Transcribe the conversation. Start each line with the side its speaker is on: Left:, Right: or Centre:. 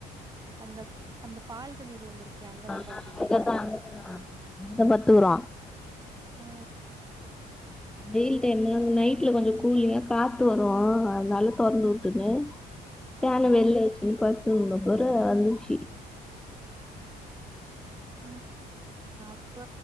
Right: அந்தப் அந்த பால்கனி ரூம்ருக் அங்கதா
Centre: ஆ
Right: படுப்பீங்களா
Centre: அங்கதா அங்கதா அங்கதா பத்துக்குறோ
Right: ஆ
Centre: வெயில் டைம்ல நைட்ல கொஞ்ச கூலிங்கா காத்து வரும் அதுனால தொறந்து உட்டுட்டே ஃபேன
Right: ஆ ஆ
Centre: வெள்ள வச்சுகினு படுத்துந்தம்பரு வந்துச்சி
Right: ம் அப்ப